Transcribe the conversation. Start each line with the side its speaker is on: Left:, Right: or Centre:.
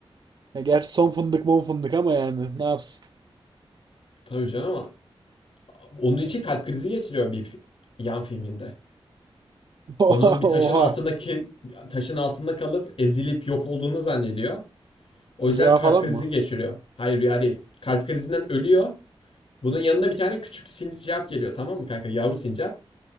Right: Ya gerçi son fındık mon fındık ama yani ne yapsın?
Left: Tabii canım ama onun için kalp krizi geçiriyor bir fi- yan filminde.
Right: <laughs>
Left: Onun bir taşın
Right: Oha.
Left: altındaki taşın altında kalıp ezilip yok olduğunu zannediyor. O
Right: Rüya
Left: yüzden kalp
Right: falan
Left: krizi
Right: mı?
Left: geçiriyor. Hayır rüya değil. Kalp krizinden ölüyor. Bunun yanında bir tane küçük sincap geliyor tamam mı kanka? Yavru sincap.